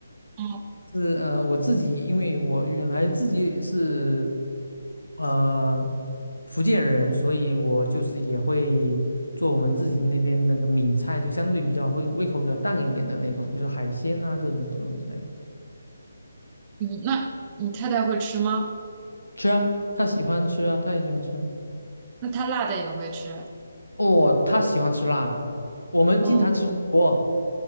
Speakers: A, on the right; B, on the left.
A: 嗯，
B: 是呃，我自己因为我原来自己是呃福建人，所以我就是也会做我们自己那边那个闽菜，就相对比较会胃口比较淡一点的那种，比如说海鲜啊这种这种之类的。
A: 嗯，那你太太会吃吗？
B: 吃啊，他喜欢吃啊，他也喜欢吃啊
A: 那她辣的也会吃。
B: 哦，他喜欢吃辣的，我们经常吃火锅。
A: 哦，